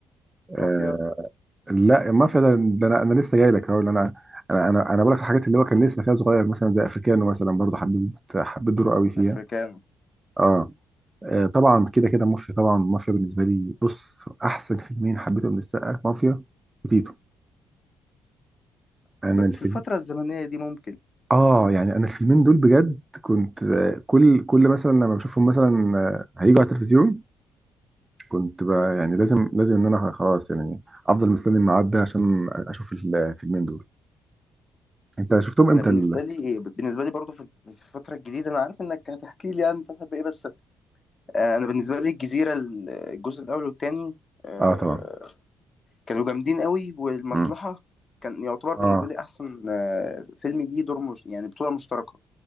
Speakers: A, on the right; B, on the left.
A: آه
B: مافيا
A: لا المافيا ده ده انا انا لسه جاي لك هقول انا انا انا انا بقول لك الحاجات اللي هو كان لسه فيها صغير مثلا زي افريكانو مثلا برضو حبيت حبيت دوره قوي فيها
B: افريكانو
A: اه آه، طبعا كده كده مافيا طبعا مافيا بالنسبه لي بص احسن فيلمين حبيتهم للسقا مافيا وتيتو انا
B: ب-
A: الفيلم
B: في الفترة الزمنية دي ممكن
A: اه يعني انا الفيلمين دول بجد كنت آه، كل كل مثلا لما بشوفهم مثلا آه، هيجوا على التلفزيون كنت بقى يعني لازم لازم ان انا خلاص يعني افضل مستني الميعاد ده عشان اشوف الفيلمين دول انت شفتهم امتى
B: انا بالنسبة
A: ال...
B: لي إيه، بالنسبة لي برضو في في الفترة الجديدة انا عارف انك هتحكي لي يعني بتحب ايه بس آه، انا بالنسبة لي الجزيرة الجزء الاول والتاني آه،
A: اه طبعا
B: كانوا جامدين قوي والمصلحة
A: مم.
B: كان يعتبر
A: اه
B: بالنسبة لي أحسن آه، فيلم ليه دور مش يعني بطولة مشتركة